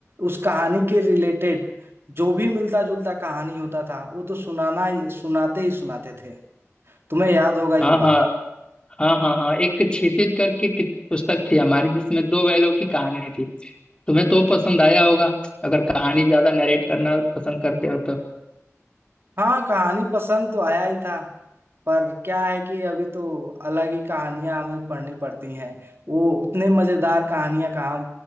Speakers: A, on the right; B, on the left.
A: उस कहानी के रिलेटेड जो भी मिलता जुलता कहानी होता था वो तो सुनाना ही सुनाते ही सुनाते थे तुम्हें याद होगा ये
B: हाँ हाँ
A: बात
B: हाँ हाँ हाँ एक क्षितिज करके कित- पुस्तक थी हमारी जिसमें दो बैलों की कहानी थी तुम्हें तो पसंद आया होगा अगर कहानी ज्यादा नरेट करना पसंद करते हो तो
A: हाँ कहानी पसंद तो आया ही था पर क्या है कि अभी तो अलग ही कहानियां हमें पढ़नी पड़ती हैं वो उतने मजेदार कहानियां कहाँ